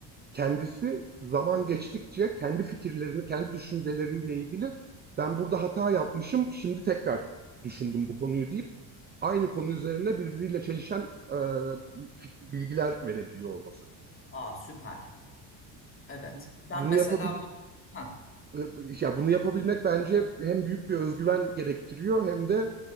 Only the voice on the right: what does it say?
Kendisi zaman geçtikçe kendi fikirlerini, kendi düşünceleriyle ilgili ben burada hata yapmışım, şimdi tekrar düşündüm bu konuyu deyip aynı konu üzerine birbiriyle çelişen e, bilgiler verebiliyor olması.
Bu- bunu
yapabil
e, ya bunu yapabilmek bence hem büyük bir özgüven gerektiriyor hem de